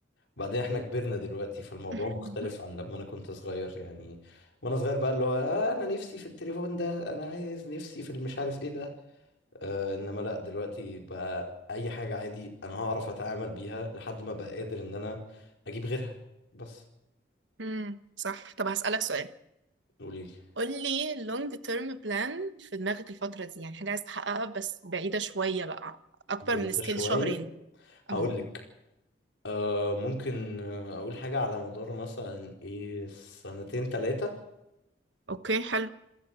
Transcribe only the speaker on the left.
بعدين احنا كبرنا دلوقتي فالموضوع
مختلف عن لما انا كنت صغير يعني وانا صغير بقى اللي هو آه انا نفسي في التليفون ده انا عايز نفسي في المش عارف ايه ده آه انما لا دلوقتي بقى اي حاجة عادي انا هعرف اتعامل بيها لحد ما بقى قادر ان انا اجيب غيرها بس
قولي لي
بعيدة
شوية
هقول
لك آه ممكن آه، اقول حاجة على مدار مثلا ايه سنتين تلاتة